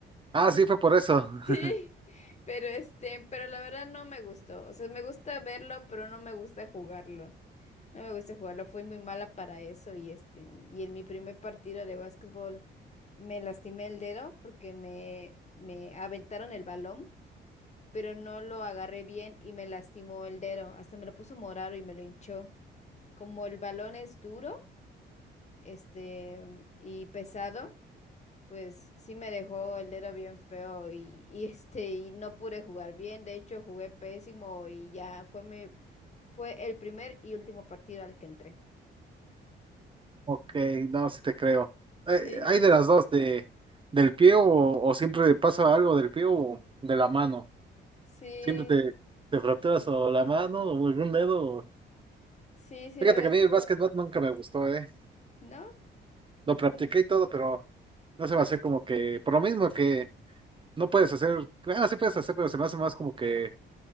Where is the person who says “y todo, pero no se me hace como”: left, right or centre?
Right